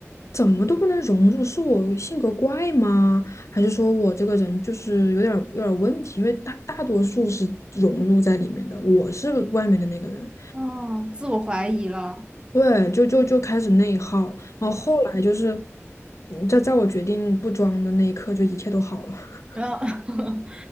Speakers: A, on the left; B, on the right.
A: 怎么都不能融入，是我性格怪吗？还是说我这个人就是有点有点问题？因为大大多数是融入在里面的，我是外面的那个人，
B: 哦，自我怀疑了。
A: 对，就就就开始内耗，然后后来就是，嗯在在我决定不装的那一刻，就一切都好了。<laughs>
B: 啊，<laughs>